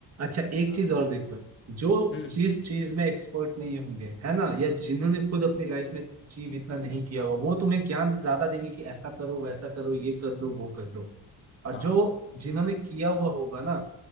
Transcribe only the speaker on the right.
अच्छा एक
चीज और देखो जो
जिस चीज में एक्सपर्ट नहीं होंगे है ना या जिन्होंने खुद अपनी लाइफ में अचीव इतना नहीं किया हुआ वो तुम्हें ज्ञान ज्यादा देंगे कि ऐसा करो वैसा करो ये कर लो वो कर लो और
जो जिन्होंने किया हुआ होगा ना